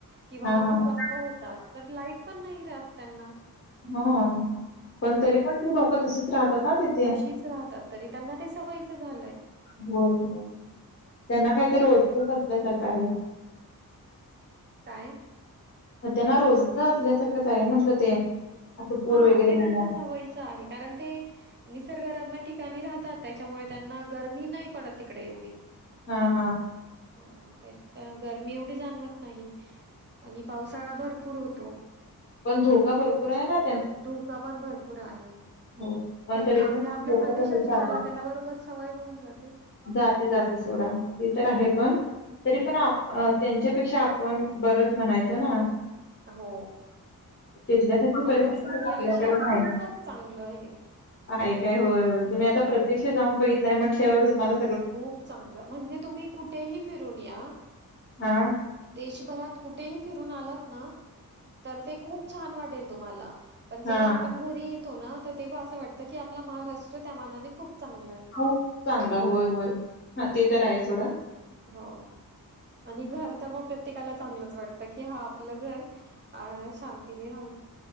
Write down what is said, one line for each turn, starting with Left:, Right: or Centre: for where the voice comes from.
Right: किंवा
Left: हां,
Right: मं
Left: हां.
Right: भूकंप होतांत तरं लाईट पणं नाहीं राहतं त्यांनां
Left: हां पणं तरी पणं ती लोकं तशीचं राहतांत नां तीथ
Right: तशीचं राहतांत तरी त्यांना ते सवयीचं झालंय
Left: हो हो त्यांना कांहीत
Right: तशी
Left: रोजतचं असल्यांसारखं आहे
Right: कायं
Left: त्यांना रोजचं असल्यांसांरखंचं आहे म्हटलं ते असं पूर
Right: हां
Left: वगैरे
Right: ते त्यांच्या
Left: आला.
Right: सवयीचं आहे कारणं ते निसर्गरम्य ठिकाणीं राहतांत त्यांच्यामुळे त्यांना गरमी नाहीं पडतं तिकडे एवढी
Left: हां हां
Right: हां त्यांत गर्मी एवढी जाणवतं नाहीं. आणि पावसाळां भरंपूर होतो.
Left: पणं धोका भरंपूर आहे नां.
Right: धोकां पणं भरंपूर आहे.
Left: हो पण
Right: पणं
Left: तरी
Right: आपल्यां
Left: पण
Right: आपल्यां
Left: लोक
Right: प्रदेशांची
Left: तसेच राहतात
Right: ज्यांला त्यांला बरोबर सवंय होऊनं जाते.
Left: जाते जाते सोडां ते तरं आहे पणं तरी पणं आपणं अ त्यांच्यापेक्षां आपणं बरंच म्हणायचं नां.
Right: हो खूंप
Left: तिथल्यासारखी
Right: बरंच
Left: परिस्थिती
Right: म्हटल्यांपेक्षा
Left: तर आपल्याकडे
Right: खूपचं
Left: नाही
Right: चांगलं आहे
Left: आहे कायं होयं होयं तुम्हीं आतां प्रत्यक्षं जाऊंन बघितलंय म्हटल्यांवर तुम्हांला
Right: खूंप चांगलं म्हणजे तुम्हीं कुठेही फिरूंन यां
Left: हा
Right: देशभरातं कुंठेही फिरूंन आलांत नां तरं ते खूंप छान वाटेलं तुम्हाला पणं
Left: हा
Right: जेंव्हा आपणं घरी येतो नां तरं तेंव्हा असं वाटतं की आपलां महाराष्ट्र त्यां मानाने खूंप चांगला आहे
Left: हो चांगला होयं होयं हां ते तरं आहे सोंडा
Right: हो आणि घरं तरं मंग प्रत्येकांला चांगलंच वाटतं हां आपलं घरं शांतीने राहूं